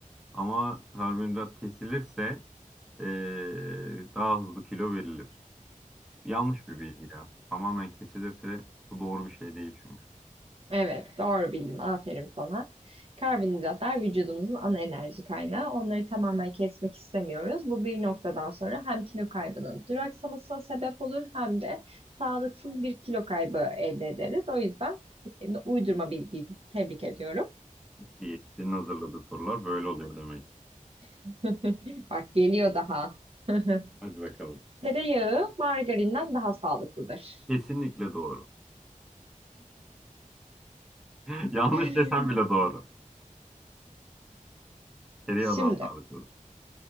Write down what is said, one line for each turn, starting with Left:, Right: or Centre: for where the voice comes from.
Centre: Ama karbonhidrat kesilirse e, daha hızlı kilo verilir. Yanlış bir bilgi ya. Tamamen kesilirse bu doğru bir şey değil çünkü.
Right: Evet, doğru bildin. Aferin sana. Karbonhidratlar vücudumuzun ana enerji kaynağı. Onları tamamen kesmek istemiyoruz. Bu bir noktadan sonra hem kilo kaybının duraksamasına sebep olur hem de sağlıksız bir kilo kaybı elde ederiz. O yüzden e, uydurma bilgiyi tebrik ediyorum.
Centre: Diyetisyenin hazırladığı sorular böyle oluyor demek.
Right: <laughs> Bak geliyor daha. <laughs>
Centre: Hadi bakalım.
Right: Tereyağı margarinden daha sağlıklıdır.
Centre: Kesinlikle doğru. <laughs> Yanlış
Right: <laughs>
Centre: desem bile doğru. Tereyağı
Right: Şimdi
Centre: daha sağlıklı.